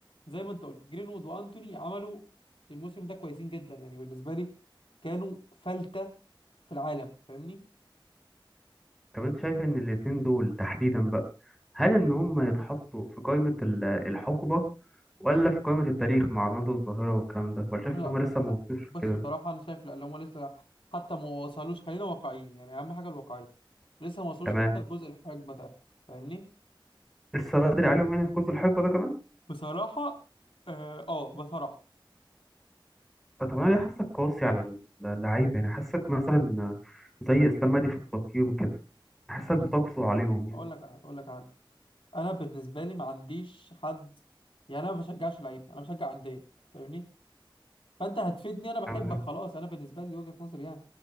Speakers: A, on the left (about 90°); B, in the centre.
A: زي ما انت قلت جرينوود وانتوني عملوا الموسم ده كويسين جدا يعني بالنسبه لي كانوا فلتة في العالم فاهمني
B: طب انت شايف ان الاتنين دول تحديدا بقى هل ان هم يتحطوا في قائمة ال- الحقبة ولا في قائمة التاريخ مع رونالدو الظاهرة والكلام ده ولا شايف
A: لا
B: ان هم لسه ما وصلوش
A: بس
B: كده
A: بصراحة أنا شايف لا اللي هم لسه حتى ما وصلوش خلينا واقعيين يعني أهم حاجة الواقعية لسه ما وصلوش
B: تمام
A: حتى الجزء الحقبة ده فاهمني
B: لسه بدري عليهم يعني في قوس الحقبة ده كمان
A: بصراحة آه, آه بصراحة
B: آه، طب انا ليه حاسك قاسي على اللعيبة يعني حاسك مثلا زي اسلام مهدي في التقييم كده حاسك
A: بص
B: بتقسو عليهم يعني
A: أقول لك على حاجة أقول لك على حاجة أنا بالنسبة لي ما عنديش حد يعني أنا ما بشجعش لعيب أنا بشجع أندية فاهمني فأنت هتفيدني أنا بحبك
B: تمام
A: خلاص أنا بالنسبة لي دي وجهة نظري يعني